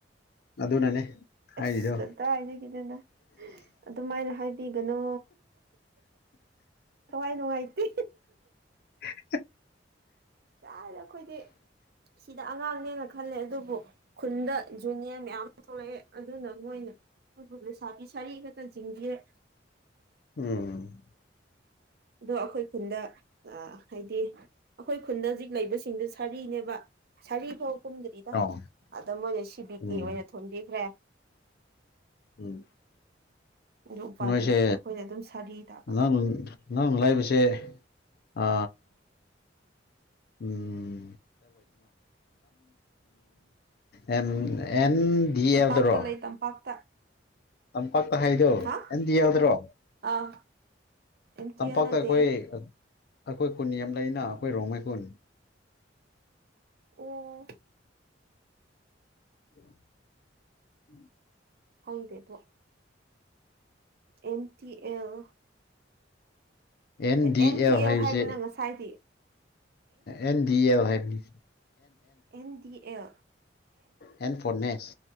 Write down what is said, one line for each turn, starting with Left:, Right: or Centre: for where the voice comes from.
Left: ꯑꯗꯨꯅꯅꯦ ꯍꯥꯏꯔꯤꯗꯣ
Right: ꯑꯁ ꯀꯗꯥ ꯍꯥꯏ ꯅꯤꯅ ꯑꯗꯨꯃꯥꯏꯅ ꯍꯥꯏꯕꯤꯒꯅꯨ ꯊꯋꯥꯏ ꯅꯨꯡꯉꯥꯏꯇꯦ
Left: <unintelligible>
Right: ꯌꯥꯔꯦ ꯑꯩꯈꯣꯏꯗꯤ ꯁꯤꯗ ꯑꯉꯥꯡꯅꯦꯅ ꯈꯜꯂꯦ ꯑꯗꯨ ꯈꯨꯟꯗ ꯖꯨꯅꯤꯌꯔ ꯃꯌꯥꯝ ꯑꯃ ꯊꯣꯛꯂꯛꯑꯦ ꯑꯗꯨꯅ ꯃꯣꯏꯅ ꯁꯥꯕꯤ ꯁꯔꯤ ꯃꯠꯇ ꯆꯤꯡ ꯕꯤꯔꯦ
Left: ꯎꯝ
Right: ꯑꯗꯣ ꯑꯩꯈꯣꯏ ꯈꯨꯟꯗ ꯑ ꯍꯥꯏꯗꯤ ꯑꯩꯈꯣꯏ ꯈꯨꯟꯗ ꯍꯧꯖꯤꯛ ꯂꯩꯕꯁꯤꯡꯗꯨ ꯁꯥꯔꯤꯅꯦꯕ ꯁꯥꯔꯤ ꯐꯥꯎ ꯀꯨꯝꯗ꯭ꯔꯤꯗ
Left: ꯑꯣ
Right: ꯑꯗꯨꯏ ꯑꯣꯏꯅ ꯁꯤꯕꯤ
Left: ꯎꯝ
Right: ꯀꯦ ꯑꯣꯏꯅ ꯊꯣꯟꯝꯕꯤꯈ꯭ꯔꯦ
Left: ꯎꯝ
Right: ꯑꯗꯨ ꯎꯄꯥꯏ
Left: ꯅꯣꯏ
Right: ꯂꯩꯇꯦ
Left: ꯁꯦ
Right: ꯑꯩꯈꯣꯏꯅ ꯑꯗꯨꯝ ꯁꯥꯔꯤ ꯇꯥꯕ
Left: ꯅꯪ ꯅꯪ ꯂꯩꯕꯁꯦ ꯑ
Right: <inaudible>
Left: ꯎꯝ <inaudible> ꯑꯦꯟꯗꯤꯌꯥꯗ꯭ꯔꯣ
Right: ꯇꯝꯄꯥꯛꯇ ꯂꯩ ꯇꯝꯄꯥꯛꯇ
Left: ꯇꯝꯄꯥꯛ ꯇ ꯍꯥꯏꯗꯨꯣ
Right: ꯍꯥ
Left: ꯑꯦꯟꯗꯤꯌꯥꯔꯗ꯭ꯔꯣ
Right: ꯑꯥ ꯑꯦꯝ ꯇꯤ
Left: ꯇꯝꯄꯥꯛꯇ
Right: ꯑꯦꯜ ꯅꯠꯇꯦ
Left: ꯑꯩꯈꯣꯏ ꯑꯩꯈꯣꯏ ꯈꯨꯟ ꯌꯥꯝ ꯂꯩꯅ ꯑꯩꯈꯣꯏ ꯔꯣꯡꯃꯩ ꯈ‌ꯣꯏ
Right: ꯑꯣ
Left: <unintelligible>
Right: ꯈꯪꯗꯦꯕ‌ꯣ M T L
Left: N D
Right: M T L
Left: ꯍꯥꯏꯕꯁꯦ
Right: ꯍꯥꯏꯕꯅ ꯉꯁꯥꯏꯗꯤ
Left: ꯑꯦꯟ ꯗꯤ ꯑꯦꯜ ꯍꯥꯏꯕꯅꯤ
Right: N D L
Left: N for S